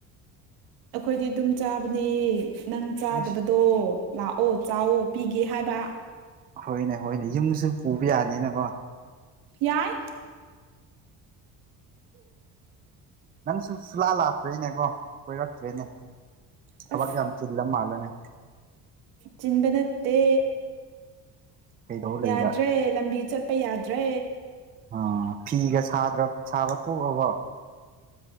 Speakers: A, on the right; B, on the right.
A: ꯑꯩꯈꯣꯏꯗꯤ ꯑꯗꯨꯝ ꯆꯥꯕꯅꯦ ꯅꯪ ꯆꯥꯗꯕꯗꯣ
B: ꯑꯦꯁ
A: ꯂꯥꯛꯑꯣ ꯆꯥꯎꯑꯣ ꯄꯤꯒꯦ ꯍꯥꯏꯕ
B: ꯍꯣꯏꯅꯦ ꯍꯣꯏꯅꯦ ꯌꯨꯝꯁꯨ ꯄꯨꯕ ꯌꯥꯅꯤꯅꯀꯣ
A: ꯌꯥꯏ
B: ꯅꯪ ꯁ ꯨꯁꯨꯂꯥꯛ ꯂꯥꯛꯇ꯭ꯔꯦꯅꯦꯀꯣ ꯀꯣꯏꯔꯛꯇ꯭ꯔꯦꯅꯦ ꯊꯕꯛꯥ
A: ꯑꯁ
B: ꯌꯥꯝ ꯆꯤꯟꯂ ꯃꯥꯜꯂꯦꯅꯦ
A: ꯆꯤꯟꯗ ꯅꯠꯇꯦ
B: ꯀꯩꯗꯧ ꯂꯩꯕ
A: ꯌꯥꯗ꯭ꯔꯦ ꯂꯝꯕꯤ ꯆꯠ ꯑꯩ ꯌꯥꯗ꯭ꯔꯦ
B: ꯑ ꯐꯤꯒ ꯁꯥꯗ꯭ꯔ ꯁꯥꯕ ꯇꯣꯛꯑꯕꯣ